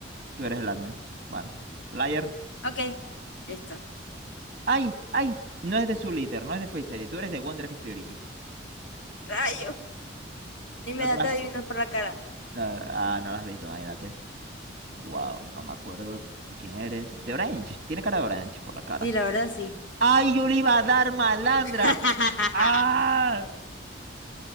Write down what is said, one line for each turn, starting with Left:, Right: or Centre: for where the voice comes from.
Right: tú eres el admin. Bueno, player.
Left: Ok, listo.
Right: ¡Ay! ¡Ay! No es de su liter, no es de Facery. Tú eres de Wonder, que es Priority.
Left: Rayo. Ni me
Right: No
Left: das
Right: te la-
Left: de adivinar por la cara.
Right: no, ah, no lo has visto, imagínate. Wow, no me acuerdo tú quién eres. De Orange. Tiene cara de Orange por la cara.
Left: Sí, la verdad sí.
Right: Ay, yo le iba a dar malandra.
Left: <laughs>
Right: Ah.